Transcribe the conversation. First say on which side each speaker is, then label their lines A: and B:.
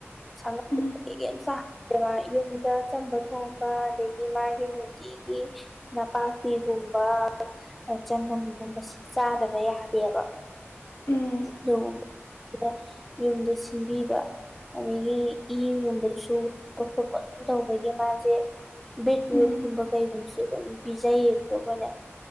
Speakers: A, in the centre; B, on the left.
A: ꯁꯪꯒ
B: ꯎꯝ
A: ꯌꯥꯝ <unintelligible> ꯁꯥꯍꯦ <unintelligible> ꯃꯥ <unintelligible> ꯌꯨꯝꯗ ꯑꯆꯝꯕ ꯊꯣꯡꯕ ꯑꯗꯒꯤ ꯃꯥꯒꯤ ꯅꯨꯡꯇꯤꯒꯤ ꯅꯄꯥꯛꯄꯤꯒꯨꯝꯕ ꯆꯅꯝꯒꯨꯝꯕꯁꯤ ꯆꯥꯗꯕ ꯌꯥꯗꯦꯕ
B: ꯎꯝ
A: ꯌ <unintelligible> <unintelligible> ꯌꯨꯝꯗ ꯁꯤꯟꯕꯤꯕ ꯑꯗꯒꯤ ꯏꯒꯨꯝꯕꯗꯨꯁꯨ ꯎꯠꯄ <unintelligible> ꯈꯣꯠꯄ <unintelligible> ꯑꯗꯨꯝ ꯇꯧꯕꯒꯤ ꯃꯥꯁꯦ ꯕꯤꯠꯔꯨꯠ
B: ꯎꯝ
A: ꯀꯨꯝꯕ ꯀꯩꯒꯨꯝꯕꯁꯦ ꯑꯗꯨꯝ ꯄꯤꯖꯩꯌꯦꯕ ꯑꯩꯈꯣꯏꯅ